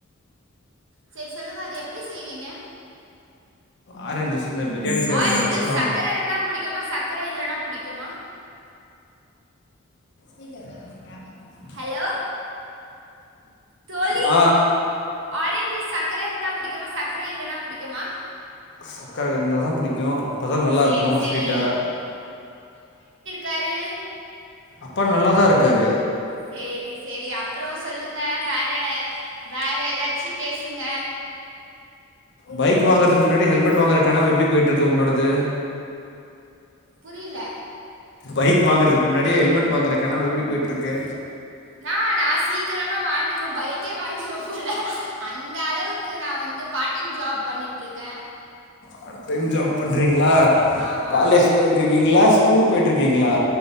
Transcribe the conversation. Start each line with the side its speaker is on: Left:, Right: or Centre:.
Right: செரி சொல்லுங்க அது எப்டி செய்வீங்க
Left: ஆரஞ்ச் ஜூஸ் இந்த பிரியாணி செய்றதுக்கா
Right: ஆரஞ்
Left: கஷ்டோ
Right: ஜூஸ் சர்க்கரை இருந்தா புடிக்குமா சர்க்கரை இல்லன்னா புடிக்குமா
Left: நீ கவனிக்காம பேசு
Right: ஹலோ தோழி
Left: ஆ
Right: ஆரஞ்சு ஜூஸ் சக்கர இருந்தா புடிக்குமா சக்கரை இல்லைன்னா புடிக்குமா
Left: சக்கர இருந்தாதான் புடிக்கும் அப்பதான் நல்லா
Right: சரி
Left: இருக்கும்
Right: சரி
Left: ஸ்வீட்டா
Right: கரு
Left: அப்பா நல்லாதான் இருக்காரு
Right: சேரி சேரி அப்பறம் சொல்லுங்க வேற வேற ஏதாச்சு பேசுங்க
Left: பைக் வாங்கறதுக்கு முன்னாடி ஹெல்மெட் வாங்கற கனவு எப்டி போயிட்டு இருக்கு உங்களோடது
Right: புரியல
Left: பைக் வாங்கறதுக்கு முன்னாடியே ஹெல்மெட் வாங்குற கனவு எப்டி போயிட்டு இருக்கு
Right: நானா நா சீக்கிரமா வாங்கிடுவேன் பைக்கே வாங்கிடுவன் போல அந்த அளவுக்கு நான் வந்து பார்ட் டைம் ஜாப் பண்ணிட்ர்க்கே
Left: பார்ட் டைம் ஜாப் பண்றீங்ளா
Right: ஆமாம்
Left: காலேஜ்
Right: ஆமாம்
Left: போய்ட்டு இருக்கீங்ளா ஸ்கூல் போய்ட் இருக்கீங்களா